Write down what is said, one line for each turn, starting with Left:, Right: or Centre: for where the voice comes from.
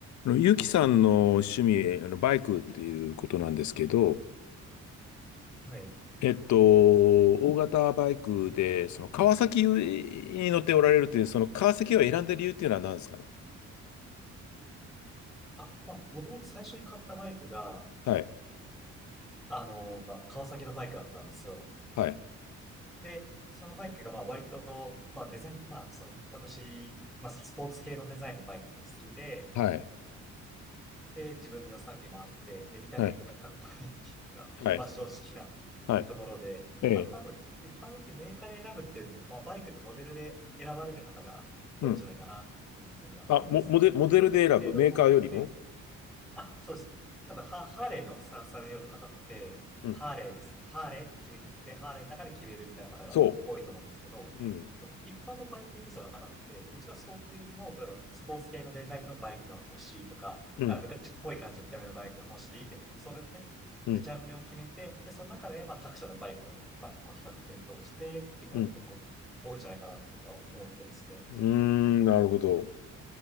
Left: あのゆきさんの趣味、あのバイクっていうことなんですけど、
Centre: はい。
Left: えっと、大型バイクで、その川崎に乗っておられるという、その川崎を選んだ理由っていうのは何ですかね。
Centre: あ、まあ、もともと最初に買ったバイクが、
Left: はい、
Centre: あの、まあ、川崎のバイクだったんですよ。
Left: はい、
Centre: で、そのバイクが、まあ、割と、まあ、デザイン、まあ、その、私、まあ、スポーツ系のデザインのバイクが好きで、
Left: はい、
Centre: で、自分の予算にも合ってて、で、見た目がかっこいいっていうのが、
Left: はい、はい、
Centre: <laughs> まあ、正直な
Left: はい、
Centre: ところで、
Left: ええ、
Centre: まあ、多分、一般的にメーカーで選ぶっていうのも、まあ、バイクのモデルで選ばれる方が多いんじゃないかなっていうふうには思いますね。
Left: うん。あ、モ、モデ、モデルで選ぶ、
Centre: 特定のバイクメー
Left: メーカーよりも
Centre: あ、そうです。多分ハ、ハーレーのさ、されるような方って、
Left: うん、
Centre: ハーレーです。ハーレーって決め切って、ハーレーの中で決めるみたいな方が多いと思うんですけど、
Left: そう。うん、
Centre: まあ一般のバイクユーザーの方って、どちらかそうっていうよりも、例えばスポーツ系のデザインのバイクが欲しいとか、
Left: うん、
Centre: あの昔っぽい感じの見た目のバイクが欲しいって、それで、
Left: うん、
Centre: ジャンルを決めて、で、その中で、まあ、各社のバイクの、まあ、比較検討してっていう方が結構多いんじゃないかなと僕は思ってますね。
Left: うん。うーん、なるほど。